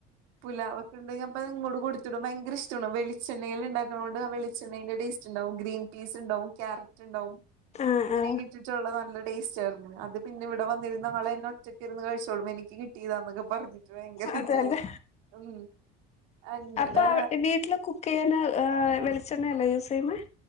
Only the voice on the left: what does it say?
ആഹ്
ആഹ്
അതെ
അതെ
അപ്പൊ വീട്ടില് കുക്കെയ്യാന് ഏഹ് വെളിച്ചെണ്ണയല്ലെ യൂസെയ്യുന്നേ